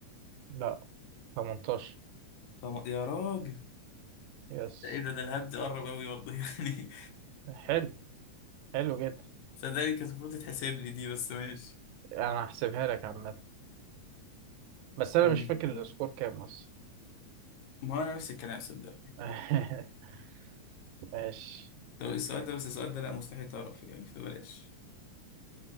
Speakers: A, on the right (about 85°); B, on the left (about 85°).
A: لا 18
B: طب يا راجل
A: يس
B: ده ايه ده ده الهبد دي قرب اوي برضه <laughs> يعني
A: حلو حلو جدا
B: صدقني كانت المفروض تتحسب لي دي بس ماشي
A: انا هحسبها لك عامة بس انا
B: طيب.
A: مش فاكر السكور كام اصلا
B: ما هو انا نفس الكلام صدقني
A: <laughs> ماشي
B: لو السؤال ده بس السؤال ده لا مستحيل تعرف يعني فبلاش